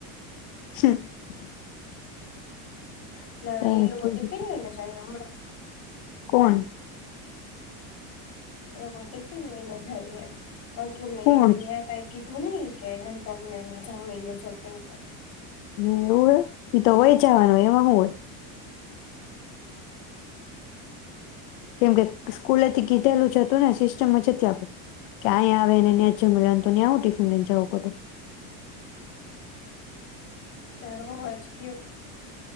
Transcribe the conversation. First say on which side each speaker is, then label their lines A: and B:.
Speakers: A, on the left; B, on the left.
A: <inaudible>
B: એટલે
A: સાચું.
B: એઈ લોકો ટિફિન લઈને જાય હમણાં?
A: કોણ?
B: એ લોકો ટિફિન લઈને જાય એમ. ઓકે નને
A: કોણ છે?
B: કઈ તું નહ કેમને અહંયા જમી લેજો કેવું કઈ.
A: હ એવું હોય, પી તો વહીચાવાનું હોય એમાં શું હોય. કેમ કે સ્કૂલેથી કીધેલું જ હતું ને સિસ્ટમ જ આપડે, કે અહીયા આવે ને ન્યાચ મળને તો ને આવું ટ્યશન લઈને જવું પડું.
B: તાર બહ વાજકીયો.